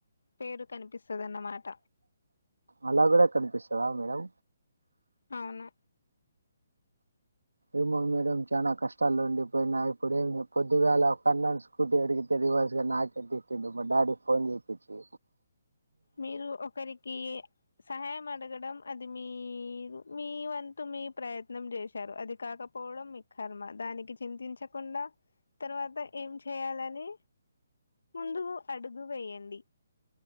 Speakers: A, on the left; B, on the right.
A: పేరు కనిపిస్తుందిన్నమాట
B: అలా కూడా కనిపిస్తదా మేడం
A: అవును
B: ఏమో మేడం చాలా కష్టాల్లో ఉండిపోయినా ఇప్పుడు ఏం పొద్దుగాల కన్నా స్కూటీ అడిగితే రివర్స్గా నాకే తిట్డు మా డాడీ ఫోన్ చేప్పించి
A: మీరు ఒకరికి సహాయం అడగడం అది మీరు మీ వంతు మీ ప్రయత్నం చేశారు అది కాకపోవడం మీ కర్మ దానికి చింతించకుండా తర్వాత ఏం చేయాలని ముందు అడుగు వేయండి